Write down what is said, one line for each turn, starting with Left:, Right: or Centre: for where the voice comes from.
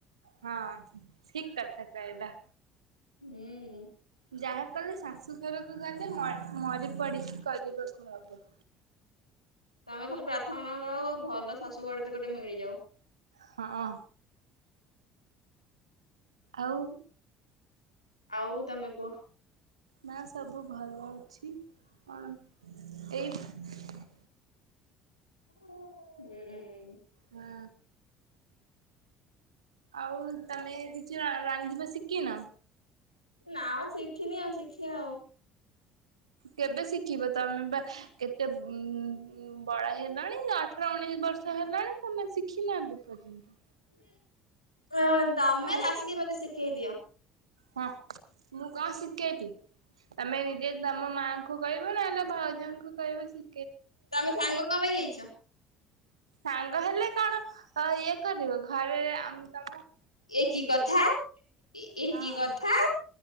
Right: ହଁ ଠିକ୍ କଥାଟା ଏଟା।
Left: ହୁଁ
Right: ଯାହା କଲେ ଶାଶୁଘରକୁ ଗଲେ ମରି ପଡିକି କରିବାକୁ ହବ।
Left: ତମେ ଖାଲି ପ୍ରାର୍ଥନା କର ଆଉ ଭଲ ଶାଶୁ ଘଡେ ବି ଗୋଟେ ମିଳିଯାଉ।
Right: ହଁ ଆଉ
Left: ଆଉ ତମେ କୁହ
Right: ନା ସବୁ ଭଲ ଅଛି କଣ ଏଇ
Left: ହୁଁ
Right: ହଁ ଆଉ ତମେ <unintelligible> ଆଦିବାସୀ କି ନା
Left: ନା ଶିଖିନି ଆଉ ଶିଖିବା ଆଉ
Right: କେବେ ଶିଖିବ ତମେ ବା କେତେ ଉ ବଡ ହେଲାଣି ଅଠର ଉଣେଇଶି ବର୍ଷ ହେଲାଣି ତମେ ଶିଖିନ ଏବେ ପର୍ଯ୍ୟନ୍ତ
Left: ଅଁ ତମେ
Right: ଆଉ
Left: ଆସିକି ମୋତେ କେଇଦିଅ
Right: ହଁ ମୁଁ କଣ ଶିଖେଇବି ତମେ ନିଜେ ତମ ମାଆଙ୍କୁ କହିବ ନହଲେ ଭାଉଜଙ୍କୁ କହିବ ଶି
Left: ତମେ ସାଙ୍ଗ କ ପାଇଁ ହେଇଛ
Right: ସାଙ୍ଗ ହେଲେ କଣ ଇଏ କରିବ ଘରେମ
Left: ଏକି କଥା ଏକି
Right: ହଁ
Left: କଥା